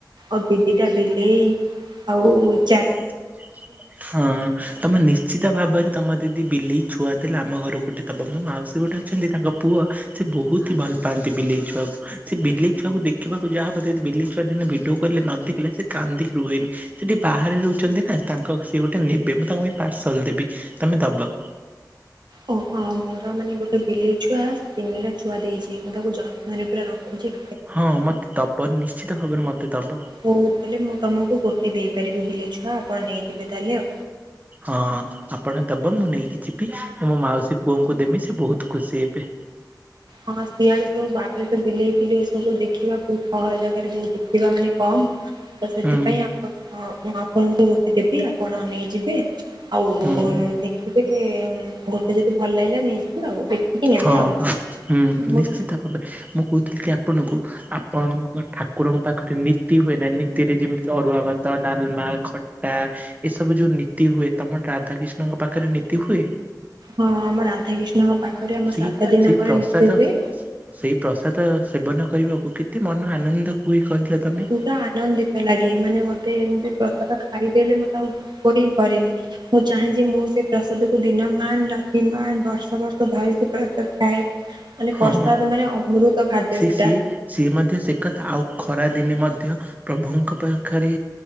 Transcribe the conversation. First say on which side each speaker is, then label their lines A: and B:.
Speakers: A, on the right; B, on the right.
A: ଆଉ ଦି ଦିଟା ବିଲେଇ ଆଉ ଚା
B: <inaudible> ହଁ ତମେ ନି ଶ୍ଚିତ ଭାବରେ ତମ ଦିଦି ବିଲେଇ ଛୁଆ ଦେଲେ ଆମ ଘରକୁ ଗୋଟେ ଦବ। ମୋ ମାଉସୀ ଗୋଟେ ଅଛନ୍ତି ତାଙ୍କ ପୁଅ ସେ ବହୁତି ହି ଭଲ ପାଆନ୍ତି ବିଲେଇ ଛୁଆକୁ। ସେ ବିଲେଇ ଛୁଆକୁ ଦେଖିବାକୁ ଯାହା ହବ। ଯଦି ବିଲେଇ ଛୁଆ ଦିନେ ଭିଡିଓ କଲରେ ନଦେଖିଲେ ସେ କାନ୍ଦିକି ରୁହେନି। ସେ ଟିକିଏ ବାହାରେ ର ଛନ୍ତି ନା ତାଙ୍କ ସେ ଗୋଟେ ନେବେ। ମୁଁ ତାଙ୍କ ପାଇଁ ପାର୍ସଲ ଦେବି ତମେ ଦବ।
A: ଓହୋ ମୋର ମାନେ ଗୋଟେ ବିଲେଇ ଛୁଆ ତିନିଟା ଛୁଆ ଦେଇଚି। ମୁଁ ତାକୁ ଯତ୍ନରେ ପୁରା ରଖୁଚି।
B: ହଁ ମତେ ଦବ। ନିଶ୍ଚିତ ଭାବରେ ମତେ ଦବ।
A: ହଉ ହେଲେ ମୁଁ ତମକୁ ଗୋଟେ ଦେଇପାରିବି ବିଲେଇ ଛୁଆ। ଆପଣ ନେଇଯିବେ ତାହେଲେ ଆଉ।
B: ଆ ହଁ ଆପଣ ଦବ ମୁଁ ନେଇକି ଯିବି ମୁଁ ମୋ ମାଉସୀ ପୁଅଙ୍କୁ ଦେମି ସେ ବହୁତ ଖୁସି ହେବେ।
A: ହଁ ଶିଆଳେ ସବୁ ବାହାରେ ତ ବିଲେଇ ଫିଲେଇ ସବୁ ଦେଖିବା ବହୁତ ସହଳ ଜାଗାରେ ବହୁତ ଦେଖିବା ମାନେ କମ ତ ସେଥିପାଇଁ
B: ହୁଁ
A: ଆପଣ ଆପଣଙ୍କୁ ଟେ ଦେବି ଆପଣ ନେଇଯିବେ, ଆଉ
B: ହୁଁ
A: ଦେଖିବେ ଏଁ ଗୋଟେ ଯଦି ଭଲ ଲାଗିଲା ନେଇଯିବେ ଆଉ ଦେଖିକି ନେବେ
B: ହଁ
A: ଆଉ।
B: ହଁ ହୁଁ ହୁଁ
A: ମୁଁ
B: ନିଶ୍ଚିତ ଭାବେ ମୁଁ କହୁଥିଲି କି ଆପଣଙ୍କୁ ଆପଣଙ୍କ ଠାକୁରଙ୍କ ପାଖରେ ନୀତି ହୁଏ ନା। ନୀତିରେ ଯେମିତି ଅରୁଆ ଭାତ, ଡାଲମା, ଖଟା ଏସବୁ ଯୋଉ ନୀତି ହୁଏ ତମର ରାଧା କିଷ୍ଣଙ୍କ ପାଖରେ ନୀତି ହୁଏ।
A: ହଁ ଆମ ରାଧାକିଷ୍ଣଙ୍କ ପାଖରେ ଆମ
B: ସେଇ
A: ସାତ ଦିନ
B: ସେଇ
A: ପରେ
B: ପ୍ରସାଦ
A: ନିତି ହୁଏ।
B: ସେଇ ପ୍ରସାଦ ସେବନ କରିବାକୁ କେତେ ମନ ଆନନ୍ଦ ହୁଏ କହିଲ। ତମେ
A: ପୁରା ଆନନ୍ଦିତ ଲାଗେ ମାନେ ମତେ ଏମିତି କ କତ ଛାଡିଦେଲେ ମତେ ଆଉ ଉପରେ କରେନି ମୁଁ ଚାହେଁ ଯେ ମୁଁ ସେ ପ୍ରସାଦ କୁ ଦିନ ମାନ ରାତି ମାନ ବର୍ଷ ବର୍ଷ ଧରି ସେ ପ୍ରସାଦ ଥାଏ। ମାନେ
B: ହଁ
A: ପ୍ରସାଦ ମାନେ ଅମୃତ ଖାଦ୍ୟ
B: ସେ
A: ସେଟା।
B: ସିଏ ସିଏ ମଧ୍ୟ ସେ କଥା ଆଉ ଖରାଦିନେ ମଧ୍ୟ ପ୍ରଭୁଙ୍କ ପାଖରେ